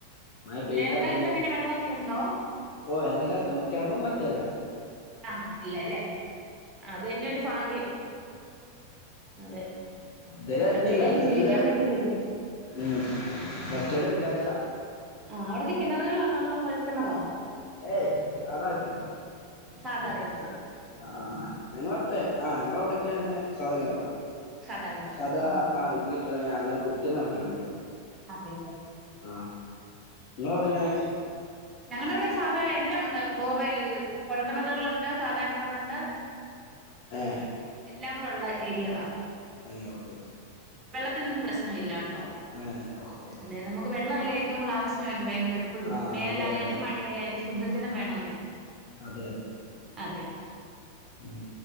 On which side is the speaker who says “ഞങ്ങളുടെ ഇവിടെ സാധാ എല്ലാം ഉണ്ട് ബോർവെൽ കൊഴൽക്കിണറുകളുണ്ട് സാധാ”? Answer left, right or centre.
Right